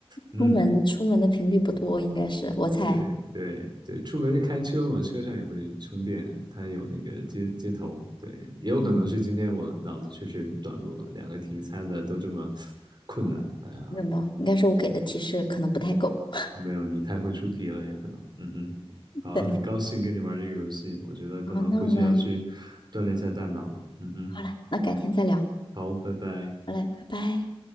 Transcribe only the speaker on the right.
嗯
对对对，出门就开车嘛，车上也会充电，它有那个接接头。对，也有可能是今天我脑子确实短路了，
两个题猜的都这么 <laughs> 困难。哎呀，
没有你太会出题了，也可能。嗯哼，好啊很高兴跟你玩这个游戏，
我觉得可能回去要去锻炼一下大脑了。
嗯哼，
好，拜拜。